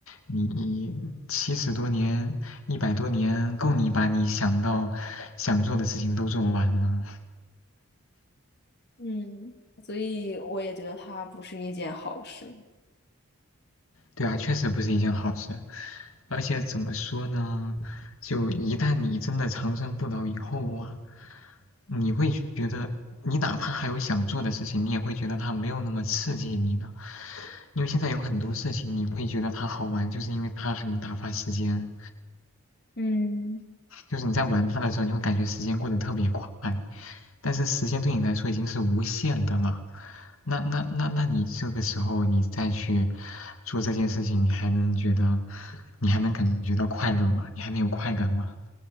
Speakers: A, on the left (about 70°); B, on the left (about 50°).
A: 你七十多年、一百多年，够你把你想到想做的事情都做完了。
B: 嗯，所以我也觉得它不是一件好事，
A: 对啊，确实不是一件好事。而且怎么说呢？就一旦你真的长生不老以后啊，你会觉得，你哪怕还有想做的事情，你也会觉得它没有那么刺激你了。因为现在有很多事情，你会觉得它好玩，就是因为它很打发时间。
B: 嗯。
A: 就是你在玩它的时候，你会感觉时间过得特别快。但是时间对你来说已经是无限的了。那那那那你这个时候你再去做这件事情，你还能觉得，你还能感觉到快乐吗？你还能有快感吗？